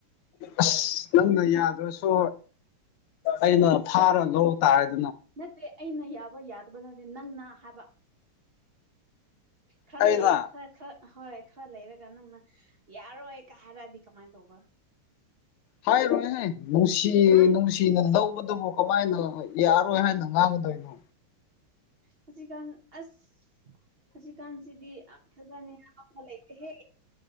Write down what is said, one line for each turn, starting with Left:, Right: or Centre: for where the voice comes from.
Left: ꯑꯁ ꯅꯪꯅ ꯌꯥꯗ꯭ꯔꯁꯨ ꯑꯩꯅ ꯐꯥꯔ ꯂ ꯇꯥꯔꯗꯤ
Right: ꯅꯠꯇꯦ ꯑꯩꯅ ꯌꯥꯕ ꯌꯥꯗꯕ ꯅꯠꯇꯦ ꯅꯪꯅ ꯍꯥꯏꯕ ꯈꯥ
Left: ꯑꯩꯅ
Right: ꯂꯩꯌꯦ ꯈꯥ ꯈꯥ ꯍꯣꯏ ꯈꯔ ꯂꯩꯔꯒ ꯅꯪꯅ ꯌꯥꯔꯣꯏ ꯀ ꯍꯥꯏꯔꯛꯑꯗꯤ ꯀꯃꯥꯏꯅ ꯇꯧꯕ
Left: ꯍꯥꯏꯔꯣꯏꯍ ꯅꯨꯡꯁꯤ
Right: ꯍꯥꯏ
Left: ꯅꯨꯡꯁꯤꯅ ꯂꯧꯕꯗꯨꯕꯨ ꯀꯃꯥꯏꯅ ꯍꯥꯏ ꯌꯥꯔꯣꯏ ꯍꯥꯏꯅ ꯉꯥꯡꯒꯗꯣꯏꯅꯣ
Right: ꯍꯧꯖꯤꯛꯀꯥꯟ ꯑꯁ ꯍꯧꯖꯤꯛꯀꯥꯟꯁꯤꯗꯤ ꯑꯥ ꯍꯖꯥꯅꯤ ꯑꯃ ꯂꯩꯇꯦꯍꯦ